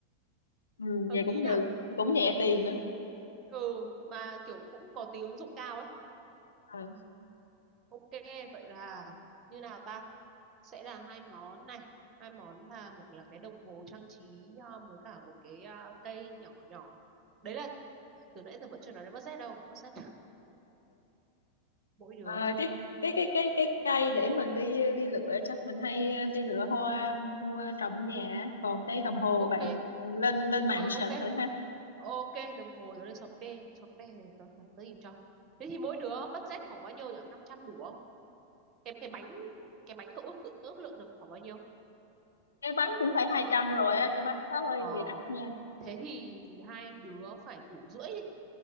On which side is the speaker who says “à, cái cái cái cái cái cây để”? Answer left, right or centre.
Left